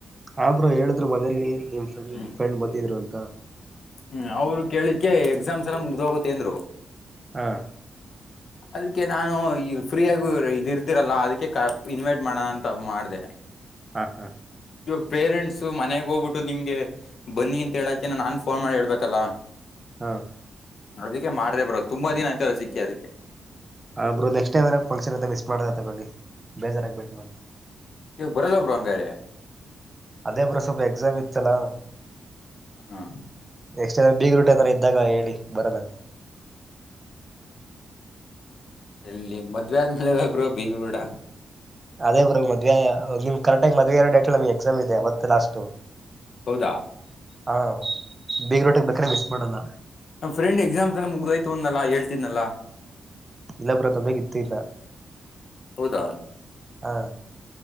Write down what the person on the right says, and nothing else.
ಆಬ್ ರು ಹೇಳಿದ್ರು ಮೊಲಿ ನಿಮ್
ಫ್ರೆಂಡ್ ಬಂದಿದ್ರು ಅಂತ
ಹಾ
ಹಾ ಹಾ
ಹಾ
ಹಾ ಬ್ರು ನಕ್ಸ್ ಟೈಮ್ ಎನರ ಫಂಕ್ಷನ್ ಅಂತ ಮಿಸ ಮಾಡ್ದೆ ತಗೊಳ್ಳಿ ಬೇಜಾರಾಗ ಬೇಡಿ
ಅದೇ ಬ್ರು ಸ್ವಲ್ಪ ಎಕ್ಸಾಮ್ ಇತ್ತಲಾ
ನೆಕ್ಸ್ಟ್ ಬೀಗ ರೂಟ ಯಾದರು ಇದ್ದಾಗ ಹೇಳಿ ಬರೋದಂತೆ
ಅದೇ ಬ್ರೋ ಮದ್ವೆ ನಿಮ್ ಕರೆಕ್ಟ್ ಆಗಿ ಮದ್ವೆ ಇರ ಡೇಟ್ಲೆ ನಮ್ ಎಕ್ಸಾಮ್ ಇದೆ ಅವತ್ತೆ ಲಾಸ್ಟು
ಹಾ ಬಿಗ್ ರೋಟಕ್ ಬೇಕರೆ ಮಿಸ್ ಮಾಡಲ್ಲ
ಇಲ್ಲ ಬ್ರು ತಬೆ ಗಿತ್ತು ಇಲ್ಲ
ಹಾ